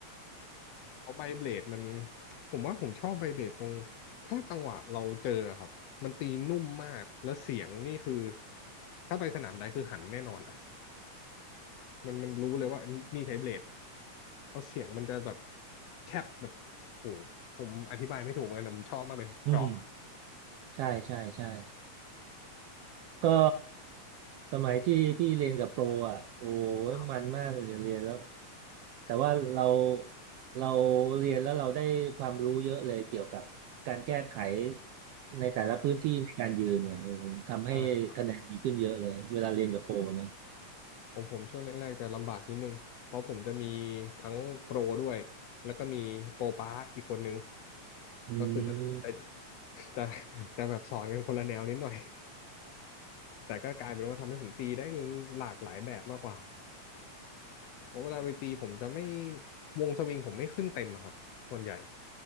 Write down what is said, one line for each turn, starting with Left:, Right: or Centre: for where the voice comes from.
Left: เพราะใบเบลดมันผมว่าผมชอบใบเบลดตรงถ้าจังหวะเราเจอครับมันตีนุ่มมากแล้วเสียงนี่คือถ้าไปสนามใดคือหันแน่นอนอ่ะมันมันรู้เลยว่านี่ใช้เบลดเพราะเสียงมันจะแบบแคบแบบโอ้โหผมอธิบายไม่ถูกเหมือนกันแต่ผมชอบมากเลยเพราะ
Right: <laughs> อืมใช่ ใช่ใช่ ก็สมัยที่พี่เรียนกับโปรอ่ะโอ้ยมันมากเลยเรียนแล้ว
Left: อ้าว
Right: แต่ว่าเราเราเรียนแล้วเราได้ความรู้เยอะเลยเกี่ยวกับการแก้ไขในแต่ละพื้นที่ในการยืนเนี่ย
Left: อ่า
Right: ทำให้คะแนนดีขึ้นเยอะเลยเวลาเรียนกับโปรนะ
Left: ใช่ครับผมผมช่วงแรกๆจะลำบากนิดนึงเพราะผมจะมีทั้งโปรด้วยแล้วก็มีโปรป้าอีกคนนึง
Right: อืม
Left: ก็คือจะจะจะจะแบบสอนกันคนละแนวนิดหน่อย แต่ก็กลายเป็นว่าทำให้ผมตีได้หลากหลายแบบมากกว่าเพราะเวลาไปตีผมจะไม่วงสวิงผมไม่ขึ้นเต็มอะครับส่วนใหญ่